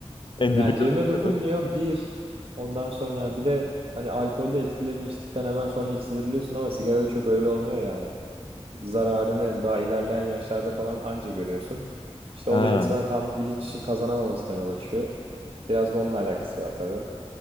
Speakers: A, on the left (about 50°); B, on the right (about 60°).
A: En
B: Yani
A: dibi
B: cebime
A: görene kadar.
B: dokunmuyor bir. Ondan sonra bir de hani alkolde etkilerini içtikten hemen sonra hissedebiliyorsun ama sigarada çok öyle olmuyor yani. Zararını daha ilerleyen yaşlarda falan anca görüyorsun. İşte
A: Ha,
B: o da insana tam bilinç kazanamamasına yol açıyor. Biraz da onunla alakası var tabii.